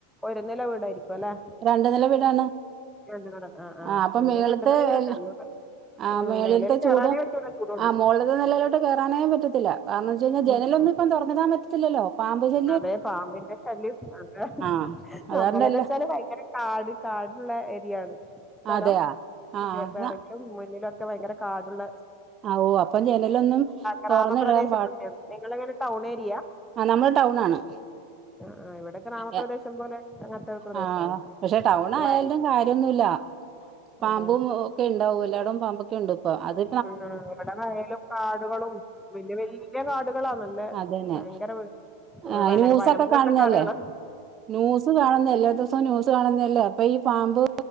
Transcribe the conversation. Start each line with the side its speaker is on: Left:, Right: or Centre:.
Centre: ഒരു നില വീടായിരിക്കും അല്ലെ
Right: രണ്ട് നില വിടാ
Centre: രണ്ട് നില
Right: ആഹ് അപ്പൊ
Centre: ഇവിടെ
Right: മേളത്തെ
Centre: രണ്ട് നില വീടന്നെ
Right: എല്ല ആഹ്
Centre: ഉം
Right: മേളിത്തെ
Centre: മേലേല് കേറാനേ
Right: ചൂട്
Centre: പറ്റൂല ചൂടോണ്ട്
Right: ആ ളിലത്തെ നിലേലോട്ട് കേറാനേ പറ്റത്തില്ല കാരണംന്നുച്ചയിഞ്ഞ ജനലൊന്നുംപ്പ
Centre: ഉം ഉം
Right: തുറന്നടാൻ പറ്റത്തില്ലല്ലൊ പമ്പ് ശല്യം
Centre: അതെ പാമ്പിന്റെ ശല്യം അതേ
Right: ആ അതുകാരണം
Centre: നമ്മളന്ന്ച്ചാല്
Right: എല്ലാ
Centre: ഭയങ്കര കാട് കാട്ള്ള ഏരിയയാണ് സ്ഥലം
Right: അതെയാ ആ
Centre: ക്കെ പ്പൊ ഇറങ്ങും
Right: ആ
Centre: മുന്നിലൊ ക്കെ ഭയങ്കര കാടുള്ള
Right: ആ, ഓ അപ്പം ജനലൊന്നും
Centre: ഗ്രാമ
Right: തുറന്നിടാൻ
Centre: പ്രദേശം ആണ്. നിങ്ങൾ എങ്ങനെ ടൌൺ ഏരിയ
Right: ആഹ് നമ്മള് ടൗൺ ആണ്
Centre: ആഹ് ആഹ് ഇവിടെ ഗ്രാമപ്രദേശം
Right: ഏ
Centre: പോലെ അങ്ങനത്തെ ഒരു പ്രദേശാണ്
Right: ആഹ പക്ഷെ ടൗൺ
Centre: ഈ
Right: ആയാലും
Centre: വയൽ
Right: കാര്യന്നുല്ല പാമ്പും
Centre: അതെ
Right: ഒക്കെ ഉണ്ടാവും എല്ലാടവും പാമ്പൊക്കെ ഉണ്ട് ഇപ്പൊ അത്
Centre: ഉ ഇവിടെ വയലും കാടുകളും വല്യ വല്യ കാടുകളാ നല്ല
Right: അതന്നെ
Centre: ഭയങ്കര ഓ
Right: ആ
Centre: വനം
Right: ന്യൂസൊക്കെ
Centre: വനംമ്പോലത്തെ
Right: കാണുന്നല്ലേ
Centre: കാടുകള
Right: ന്യൂസ് കാണുന്നല്ലാ യൂസ് കാണുന്നേല്ലേ അപ്പൊ ഈ പാമ്പ്